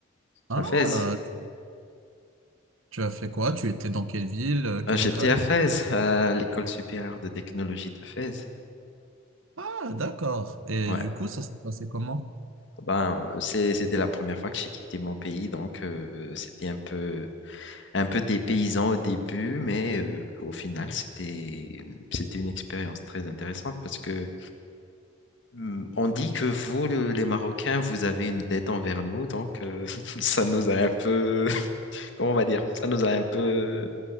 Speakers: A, on the right; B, on the left.
A: Ah,
B: à Fès.
A: tu, tu as fait quoi? Tu étais dans quelle ville? euh, Quelle
B: Euh, j'étais
A: école?
B: à Fès, à l'école supérieure de technologie de Fès.
A: Ah, d'accord. Et
B: Ouais.
A: du coup, ça s'est passé comment?
B: Ah Ben, euh, c'est- c'était la première fois que j'ai quitté mon pays, donc euh, c'était un peu, un peu dépaysant au début, mais euh, au final, c'était, c'était une expérience très intéressante parce que Hmm, On dit que vous, le- les Marocains, vous avez une dette envers nous, donc euh, <laughs> ça nous a un peu, <laughs> comment on va dire, ça nous a un peu